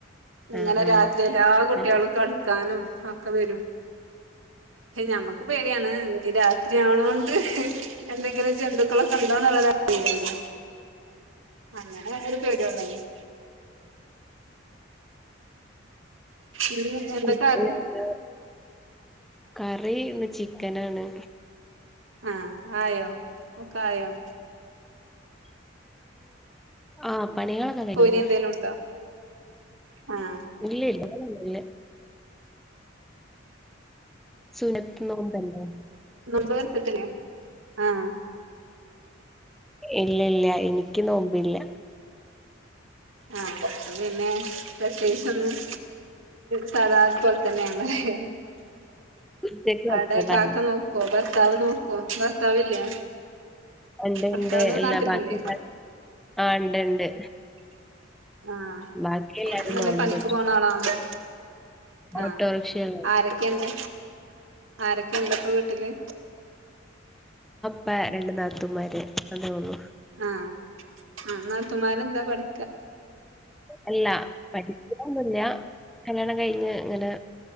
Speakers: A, on the right; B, in the centre.
A: അങ്ങനെ
B: ആഹ് ആഹ്.
A: രാത്രി എല്ലാ കുട്ടികളും
B: നല്ല രസാ.
A: ക ളിക്കാനും ഒക്കെ വരും ഏയ് ഞമ്മക്ക് പേടിയാണ് ഇ രാത്രി ആവണൊണ്ട് എന്തെ ങ്കിലും ജന്തുക്കളൊക്കെ ഉണ്ടോന്നുള്ളത് ഇല്ലില്ല അങ്ങനെ ഒരു പേടിയൊ ണ്ടായിരുന്നു ഇനി എന്താ
B: കൂട്ടാൻ
A: കറി
B: എന്നാ കറി ഇന്ന് ചിക്കനാണ്
A: ആ ആയോ ഒക്കെയായോ
B: ആ പണികളൊക്കെ കഴിഞ്ഞന്ന്
A: പൊരി എന്തേലും ഉണ്ടോ ആഹ്
B: ഇല്ല ഇല്ല ഇല്ല സുനത്തു നോമ്പ് ഉണ്ടോ
A: നോമ്പ് എടുത്തിട്ടില്ലേ ആഹ്
B: ഇല്ല ഇല്ല എനിക്ക് നോമ്പില്ല
A: ആ അപ്പോപിന്നെ പ്രത്യേകിച്ച് ഒന്നും സാതാ പോലെ തന്നെയാണല്ലേ
B: ഉച്ചക്ക് വെച്ചതാണ്
A: അവിടെ കാക്ക നോക്കുവോ അപ്പോ ഭർത്താവ് നോക്കുവോ ഭർത്താവില്ലേ
B: ഉണ്ട്
A: ഭർത്താവ്
B: ഉണ്ട് എല്ലാ
A: നാട്ടിലില്ലേ
B: ബാക്കി ആ ഉണ്ട് ഉണ്ട്
A: ആ
B: ബാക്കി എല്ലാരും
A: നിങ്ങള് എന്തേലും
B: നോമ്പ്
A: പണിക്കു
B: നോറ്റു
A: പോണ ആളാണോ ആ
B: ഓട്ടോറിക്ഷകൾ
A: ആരൊക്കെയൊണ്ട് ആരൊക്കെയൊണ്ട് ഇപ്പോ വീട്ടില്
B: ഇപ്പ രണ്ട് നാത്തൂന്മാര് അതെ ഉള്ളു
A: ആ ആ നാത്തൂന്മാരെ എന്താ പഠി
B: അല്ല പഠിക്കന്നൊന്നുഇല്ല കല്യാണം കഴിഞ്ഞ് ഇങ്ങനെ